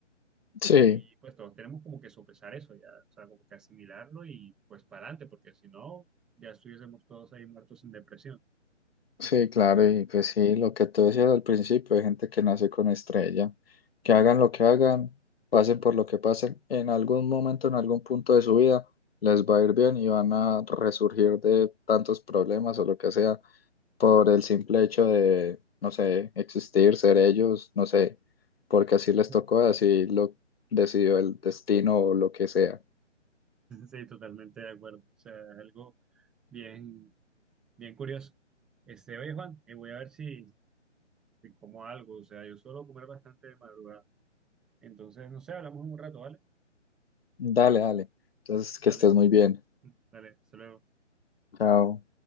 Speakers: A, on the left (about 55°); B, in the centre.
A: Sí.
B: Y pues todos tenemos como que sopesar eso ya, o sea, como que asimilarlo y pues para adelante, porque si no, ya estuviésemos todos ahí muertos en depresión.
A: Sí, claro, y pues sí, lo que tú decías al principio, hay gente que nace con estrella, que hagan lo que hagan, pasen por lo que pasen, en algún momento, en algún punto de su vida, les va a ir bien y van a resurgir de tantos problemas o lo que sea, por el simple hecho de, no sé, existir, ser ellos, no sé, porque así les
B: <laughs>
A: tocó, así lo decidió el destino o lo que sea.
B: Sí, totalmente de acuerdo. O sea, es algo bien, bien curioso. Este, oye, Juan, eh, voy a ver si, si como algo, o sea, yo suelo comer bastante de madrugada. Entonces, no sé, hablamos en un rato, ¿vale?
A: Dale, dale. Entonces, que
B: Dale,
A: estés muy bien.
B: dale, hasta luego.
A: Chao.